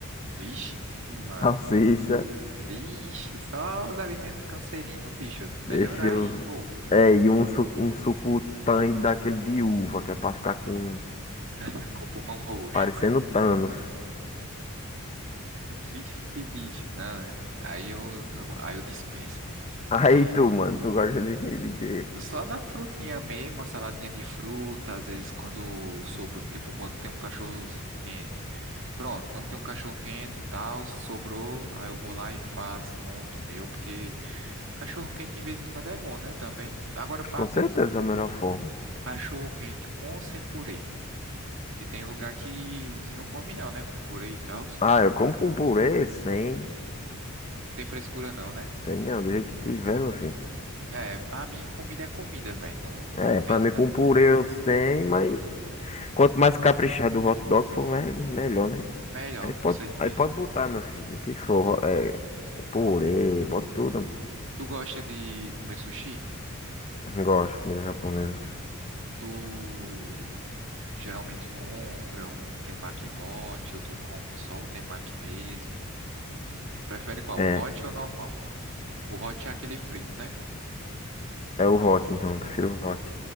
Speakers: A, on the right; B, on the left.
A: Vixe, mano.
B: <laughs> salsicha.
A: Vixe, só os alimentos cancerinos, bicho. Melhorar
B: Deixa eu.
A: aí, pô.
B: É, e um, su- um suco tang daquele de uva, que é pra ficar com.
A: <laughs> Com pulmão roxo.
B: parecendo Thanos.
A: Vixe, bicho, né? Aí eu, eu- aí eu dispenso, pô.
B: <laughs>
A: Porque
B: Aí tu, mano, tu gosta de, de quê?
A: só na frutinha mesmo, uma saladinha de fruta, às vezes quando sobrou, tipo quando tem um cachorrozinho quente. Pronto, quando tem um cachorro quente e tal, sobrou, aí eu vou lá e faço, monto o meu, porque cachorro quente de vez em quando é bom, né, também. Agora pra
B: Com
A: tu,
B: certeza da melhor forma.
A: cachorro quente com ou sem purê? Porque tem lugar que, que não come não, né, com purê e tal.
B: Ah, eu como com purê, sem.
A: Não tem frescura não, né?
B: Tem não, do jeito que tiver, meu filho.
A: É, pra mim comida é comida, velho. Não
B: É, pra
A: penso
B: mim
A: nada
B: com purê
A: não.
B: eu sem, mas quanto mais caprichado o hot dog for, me- melhor, né?
A: Melhor,
B: Aí pode,
A: com certeza.
B: aí pode botar, meu filho, o que for. É, purê, bota tudo.
A: Tu gosta de comer sushi?
B: Gosto de comida japonesa.
A: Tu geralmente compra um temaki hot ou tu come só o temaki mesmo? Prefere qual?
B: É,
A: O hot ou o normal? O hot é aquele frito, né?
B: é o hot, então, eu prefiro o hot.